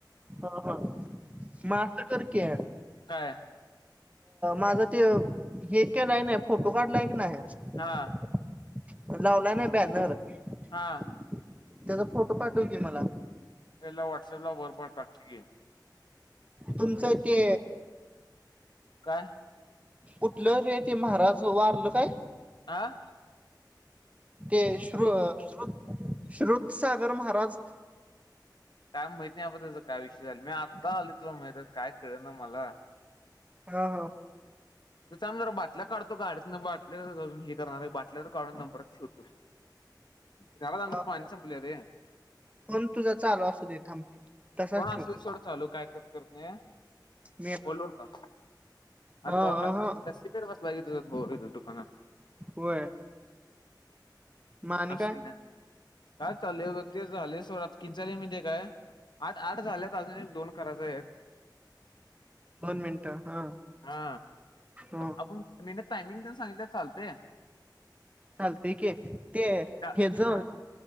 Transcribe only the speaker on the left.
काय
हा
हा
त्याला व्हॉट्सॲप ला वर पाठवलं त्याची घे
काय
आं
काय माहिती नाही त्याचा काय विषय झाला मी आत्ता आली तला माहित काय कळ ना मला
ये थांब जरा बाटल्या काढतो गाडीतन बाटल्या अजून हे करणार आहे बाटल्या तर काढून नंबरच ठेवतो घरात आमचं
पाणी संपलंय रे
फोन असु
दे सोड चालू काय करु करतोया.
होल्ड वर
होता
<unintelligible> सीपेर बस ला ही ह.
असं
ना काय चाललोय बघ ते झाले सोड आता <unintelligible> किती झाले माहिती आहे काय आठ आठ झाल्यात अजून एक दोन करायच आहेत.
हा
आपण अ मीन टायमिंग देउन सांगितलं चालत. ते.
का
हा